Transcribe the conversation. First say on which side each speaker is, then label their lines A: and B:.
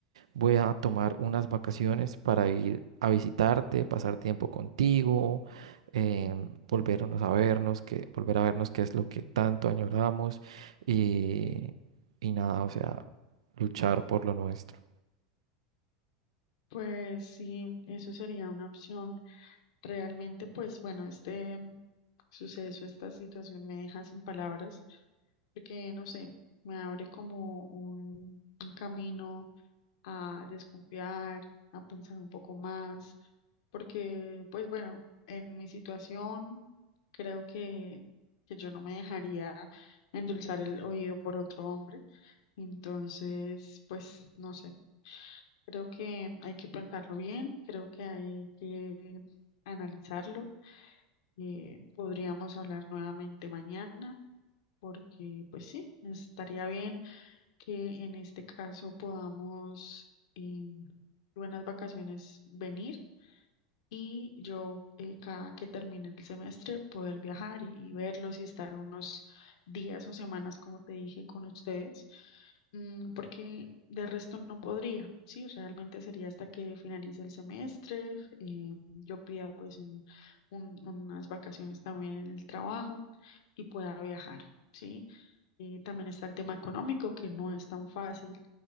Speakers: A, on the right; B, on the left.
A: Voy a tomar unas vacaciones para ir a visitarte, pasar tiempo contigo, em, volvernos a vernos, que, volver a vernos qué es lo que tanto añoramos y, y nada, o sea, luchar por lo nuestro.
B: Pues sí, eso sería una opción. Realmente, pues bueno, este suceso, esta situación me deja sin palabras, porque no sé, me abre como un, un camino a desconfiar, a pensar un poco más, porque pues bueno, en mi situación creo que, que yo no me dejaría endulzar el oído por otro hombre, entonces pues no sé, creo que hay que pensarlo bien, creo que hay que analizarlo, eh, podríamos hablar nuevamente mañana, porque pues sí, estaría bien que en este caso podamos en buenas vacaciones venir y yo eh, cada que termine el semestre poder viajar y, y verlos y estar unos días o semanas, como te dije, con ustedes, mm, porque de resto no podría, sí, realmente sería hasta que finalice el semestre, eh, yo pida pues un- un- unas vacaciones también en el trabajo y pueda viajar, sí. Y también está el tema económico, que no es tan fácil